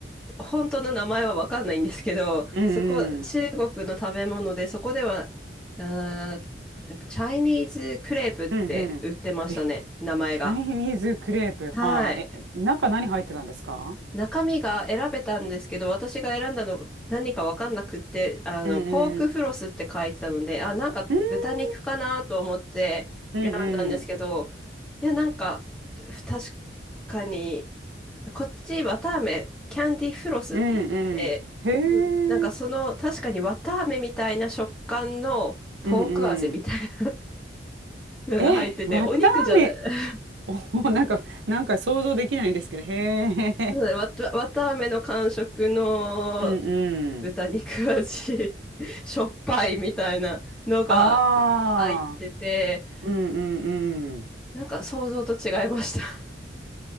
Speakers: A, in the centre; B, on the right (about 80°).
A: 本当の名前はわかんないんですけど、
B: うんうん。
A: そこ、中国の食べ物で、そこでは、あーなんかチャイニーズクレープって売ってましたね、
B: うんうん。え、
A: 名前が。
B: チャイニーズクレープ。
A: はい。
B: はあ。え、中何入ってたんですか
A: 中身が選べたんですけど、私が選んだのが何かわかんなくって、あの、
B: うんうん。
A: ポークフロスって書いてたので、あ、なんか豚肉かなと思って選んだんですけど、
B: うん。うんうん。
A: いや、なんか、確かに、こっち、綿あめ、キャンディフロスって言ってて、
B: うんうん。へ
A: うんなんかその、
B: え。
A: 確かに綿あめみたいな食感のポーク味みたい
B: うんうん。
A: なのが入ってて、
B: え、わたあめ。
A: お肉じゃない。<laughs>
B: お、なんか、なんか想像できないんですけど。へえ。
A: そうだねわた、わたあめの感触の
B: うんうん。
A: 豚肉味 <laughs> しょっぱいみたいなのが
B: ああ。
A: 入ってて、
B: うんうんうん。
A: なんか想像と違いました。